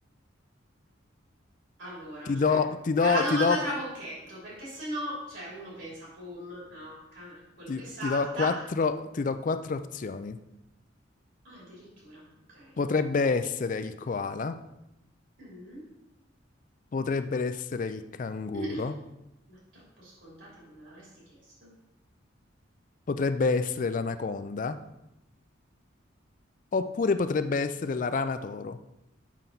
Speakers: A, on the right; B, on the left.
A: Allora,
B: Ti
A: cioè
B: do, ti
A: è
B: do,
A: una domanda
B: ti do,
A: trabocchetto, perché se no, cioè uno pensa: "Pom", no, ca quello
B: ti,
A: che salta.
B: ti do quattro, ti do quattro opzioni.
A: Ah, addirittura, okay.
B: Potrebbe essere il koala,
A: Mh.
B: potrebbe essere il canguro,
A: <clears throat> Ma troppo scontati non me l'avresti chiesto?
B: potrebbe essere l'anaconda, oppure potrebbe essere la rana toro.